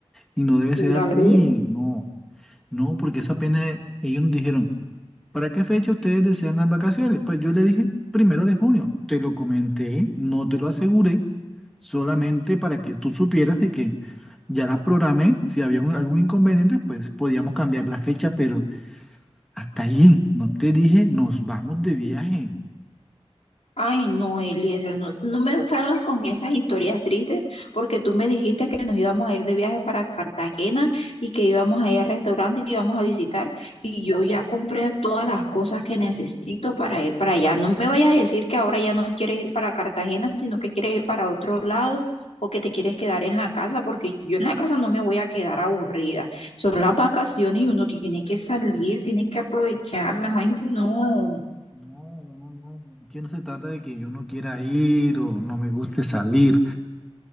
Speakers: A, in the centre; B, on the left.
A: y no debe
B: Claro,
A: ser así, no, no, porque eso apenas eh, ellos nos dijeron, ¿para qué fecha ustedes desean las vacaciones? Pues yo le dije primero de junio, te lo comenté, no te lo aseguré, solamente para que tú supieras de que ya las programé, si había un- algún inconveniente, pues podíamos cambiar la fecha, pero hasta ahí, no te dije, nos vamos de viaje.
B: Ay, no, Eliezer, no, no me salgas con esas historias tristes, porque tú me dijiste que nos íbamos a ir de viaje para Cartagena y que íbamos a ir al restaurante y íbamos a visitar, y yo ya compré todas las cosas que necesito para ir para allá. No me vayas a decir que ahora ya no quieres ir para Cartagena, sino que quieres ir para otro lado o que te quieres quedar en la casa, porque yo en la casa no me voy a quedar aburrida. Son las vacaciones y uno tiene que salir, tiene que aprovecharlas. Ay, no,
A: No, no, no. Aquí no se trata de que yo no quiera ir o no me guste salir.